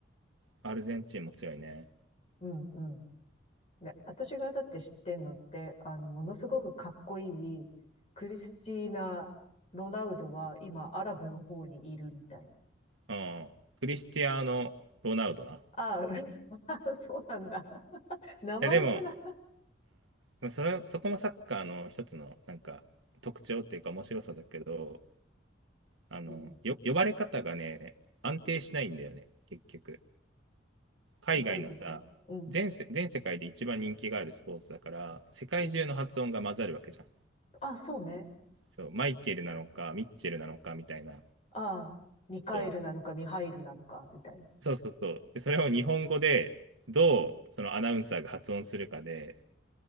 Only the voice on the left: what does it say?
うん、うん。ね、私がだって知ってんのって、あの、ものすごくかっこいい、クリスティーナ・ロナウドは今、アラブの方にいるみたいな。
ああ、<laughs> そうなんだ。名前すら。
うん。
え、どういうことうん、
うん。あ、そうね。
ああ、ミカエルなのかミハイルなのか、
みたい